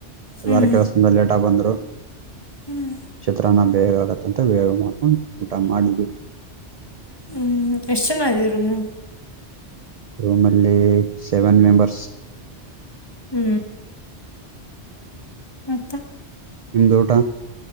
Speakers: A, on the right; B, on the left.
A: ಎಲ್ಲಾರ
B: ಹ್ಮ್
A: ಕೆಲ್ಸದಿಂದ ಲೇಟಾಗ್ ಬಂದ್ರು
B: ಹ್ಮ್
A: ಚಿತ್ರಾನ್ನ ಬೇಗ ಆಗುತ್ತ ಮತ್ತೆ ಬೇಗಾ ಮಾಡ್ಕೊಂಡ್ ಊಟ ಮಾಡಿದ್ವಿ.
B: ಹ್ಮ್ ಎಷ್ಟ ಜನಾ ಇದಿರಿ ರೂಮ್ದಾಗ್?
A: ರೂಮಲ್ಲಿ ಸೆವೆನ್ ಮೆಂಬರ್ಸ್
B: ಹ್ಮ್ ಮತ್ತ
A: ನಿಮ್ದ ಊಟಾ?